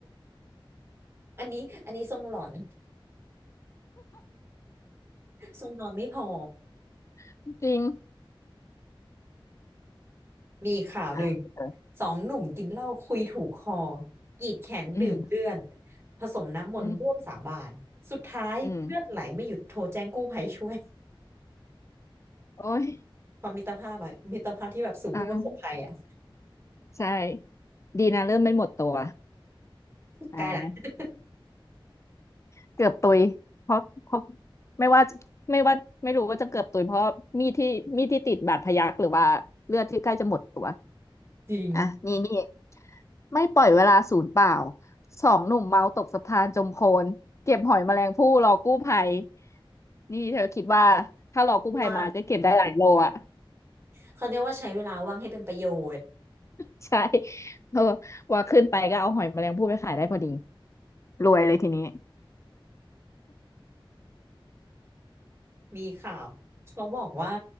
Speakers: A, on the right; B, on the left.
A: อันนี้อันนี้ทรงหลอนทรงนอนไม่พอ
B: <laughs> จริง
A: มีข่าวหนึ่ง
B: อ่ะเออ
A: สองหนุ่มกินเหล้าคุยถูกคอกรีดแขนดื่มเลือด
B: อืม
A: ผสมน้ำมนต์ร่วมสาบานสุดท้ายเลือดไหลไม่หยุดโทรแจ้งกู้ภัยช่วย
B: อืมอืมโอ้ย
A: ความมิตรภาพอะมิตรภาพที่แบบสู่ผู้ประสบภัยอะ
B: อ่าใช่ดีนะเริ่มไม่หมดตัวอ่า
A: ใกล้ละ
B: เกือบตุยเพราะเพราะไม่ว่าไม่ว่าไม่รู้ว่าจะเกือบตุยเพราะมีดที่มีดที่ติดบาดพยักหรือว่าเลือดที่ใกล้จะหมดตัว
A: จริง
B: อ่ะนี่นี่ไม่ปล่อยเวลาศูนย์เปล่าสองหนุ่มเมาตกสะพานจมโคลนเก็บหอยแมลงภู่รอกู้ภัยนี่เธอคิดว่าถ้ารอกู้ภัยมาจะเก็บได้หลายโลอ่ะ
A: ว่างเขาเรียกว่าใช้เวลาว่างให้เป็นประโยชน์
B: <laughs> ใช่เออว่าขึ้นไปก็เอาหอยแมลงภู่ไปขายได้พอดีรวยเลยทีนี้
A: มีข่าวเขาบอกว่า